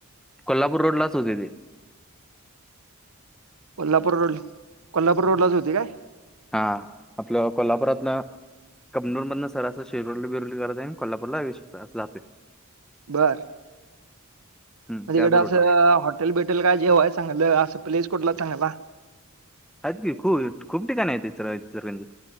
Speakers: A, in the centre; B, on the right.
A: कोल्हापूर रोडलाच होते ते.
B: कोल्हापूर रोडला कोल्हापूर रोडलाच होती काय.
A: हा आपलं कोल्हापुरातन कबनूर मधन सर असं शिरोली बिरवली गरज आहे आणि कोल्हापूरला येउ शकतो अस जातो.
B: बरं.
A: हम्म,
B: मग तिकडं
A: त्याच रोडला
B: असं
A: आहे
B: हॉटेल बिटेल काय जेव्हा आहे चांगलं असं प्लेस कुठला चांगला
A: अज ककी खू खूप ठिकाणी येतयरगंजीत